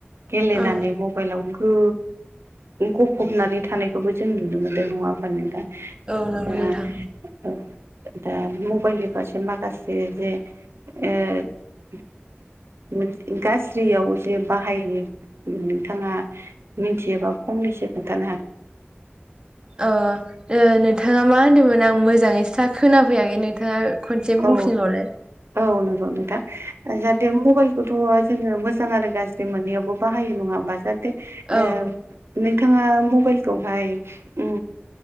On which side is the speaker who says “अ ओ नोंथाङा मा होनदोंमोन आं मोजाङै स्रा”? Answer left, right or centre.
Right